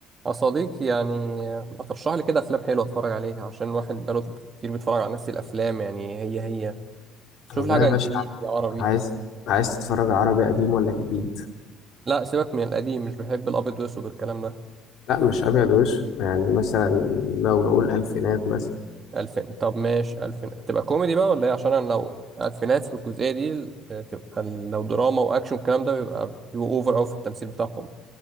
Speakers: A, on the right; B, on the left.
A: يا صديقي يعني ما ترشح لي كده افلام حلوه اتفرج عليها عشان الواحد بقاله كتير بيتفرج على نفس الافلام يعني هي هي
B: والله
A: شوف لي حاجه
B: يا باشا
A: انجليزي عربي
B: عايز عايز تتفرج عربي قديم ولا جديد
A: لا سيبك من القديم مش بحب الابيض والاسود والكلام ده
B: لا مش ابيض وش يعني مثلا لو نقول الفينات مثلا
A: الفين طب ماشي الفين تبقى كوميدي بقى ولا ايه عشان انا لو الفينات في الجزئيه دي تبقى لو دراما واكشن الكلام ده بيبقى بيبقوا اوفر قوي في التمثيل بتاعهم